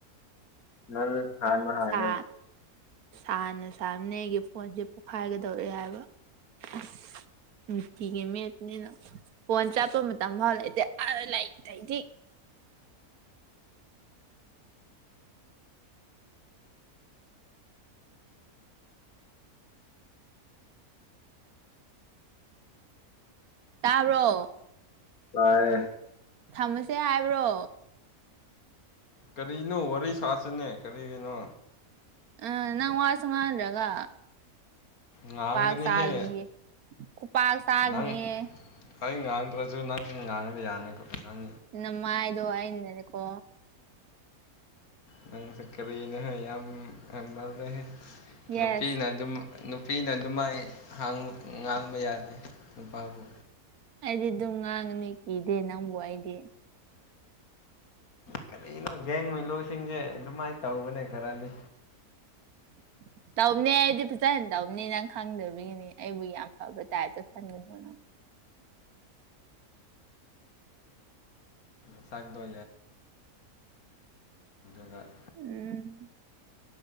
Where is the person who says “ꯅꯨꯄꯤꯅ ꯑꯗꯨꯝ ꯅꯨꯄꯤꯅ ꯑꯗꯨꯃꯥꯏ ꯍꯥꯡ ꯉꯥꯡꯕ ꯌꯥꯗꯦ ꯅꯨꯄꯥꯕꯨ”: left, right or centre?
Left